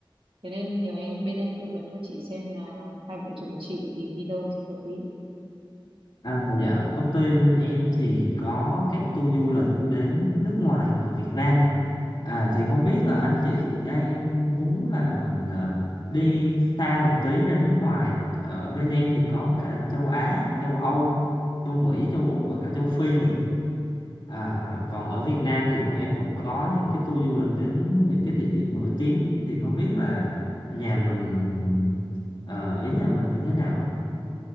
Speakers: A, on the right; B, on the left.
A: Thế nên nhờ em, bên em tư vấn cho chị xem là hai vợ chồng chị thì đi đâu thì hợp lý.
B: À, dạ công ty bên em thì có các tour du lịch đến nước ngoài và Việt Nam. À thì không biết là anh chị đang muốn là mình ờ, đi xa một tí ra nước ngoài. Ở bên em thì có cả châu Á, châu Âu, châu Mỹ, châu Úc và cả châu Phi nữa. À, còn ở Việt Nam thì bọn em cũng có những cái tour du lịch đến những cái địa điểm nổi tiếng thì không biết là nhà mình ờ, ý nhà mình như thế nào ạ?